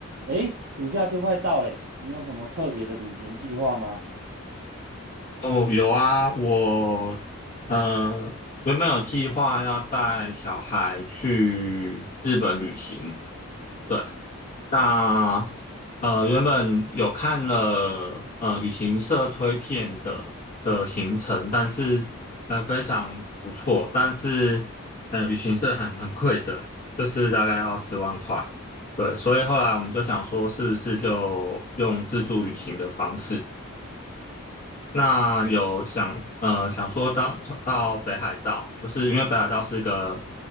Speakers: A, on the right; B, on the left.
A: 哎，暑假就快到嘞，你有什么特别的旅行计划吗？
B: 哦，有啊，我呃原本有计划要带小孩去日本旅行，对，那呃原本有看了呃旅行社推荐的的行程，但是呃非常不错，但是呃旅行社还蛮贵的，就是大概要十万块，对，所以后来我们就想说是不是就用自助旅行的方式。那有想呃想说到到北海道，就是因为北海道是一个